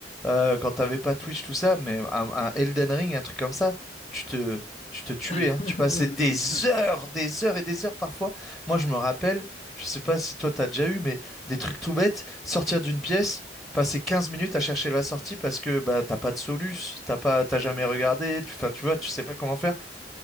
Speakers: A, in the centre; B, on the left (about 35°).
A: euh, quand t'avais pas Twitch, tout ça, mais un, un Elden Ring, un truc comme ça, tu te, tu te tuais,
B: <laughs>
A: hein. Tu passais
B: Non,
A: des
B: mais c'est clair.
A: heures, des heures et des heures parfois. Moi, je me rappelle, je sais pas si toi t'as déjà eu, mais des trucs tout bêtes, sortir d'une pièce, passer 15 minutes à chercher la sortie parce que bah t'as pas de soluce, t'as pas, t'as jamais regardé, tu, enfin, tu vois, tu sais pas comment faire.